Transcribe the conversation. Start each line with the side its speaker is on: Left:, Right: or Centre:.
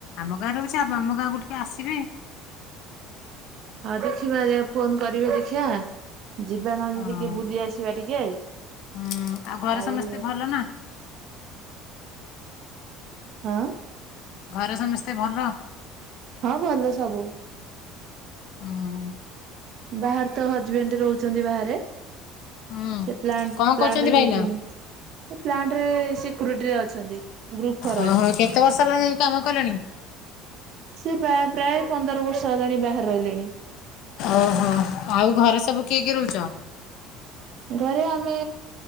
Left: ଆମ ଗାଁରେ ହଉଛି ଆମ ଗାଁ କୁ ଟିକେ ଆସିବେ।
Right: ଆଁ ଦେଖିବା ଫୋନ୍ କରିବେ ଦେଖିଆ। ଯିବା ନହେଲେ
Left: ହଁ
Right: ଟିକେ ବୁଲି ଆସିବା ଟିକେ।
Left: ହୁଁ ଘରେ
Right: ଆଉ
Left: ସମସ୍ତେ ଭଲ ନା
Right: ଆଁ।
Left: ଘରେ ସମସ୍ତେ ଭଲ?
Right: ହଁ ଭଲ ସବୁ।
Left: ଅହଃ।
Right: ବାହାର୍ ତ ହଜ୍ ବେଣ୍ଟ ରହୁଚନ୍ତି ବାହାରେ।
Left: ହୁଁ
Right: ସେ ପ୍ଲାଣ୍ଟ
Left: କଣ
Right: ପ୍ଲାଣ୍ଟରେ
Left: କରୁଛନ୍ତି
Right: ରହୁଛନ୍ତି।
Left: ଭାଇନା
Right: ସେ ପ୍ଲାଣ୍ଟ ରେ ସିକୁରିଟିରେ ଅଛନ୍ତି। ଗ୍ରୁପ୍ ଫର୍ ରେ।
Left: ଓହୋ କେତେ ବର୍ଷ ହେଲା ଯାଇଁକି କାମ କଲେଣି?
Right: ସେ ପ୍ରାଏ ପ୍ରାଏ ପନ୍ଦର ବର୍ଷ ହେଲାଣି ବାହାରେ ରହିଲେଣି।
Left: ଅହୋ ଆଉ ଘରେ ସବୁ କିଏ କିଏ ରହୁଚ?
Right: ଘରେ ଆମେ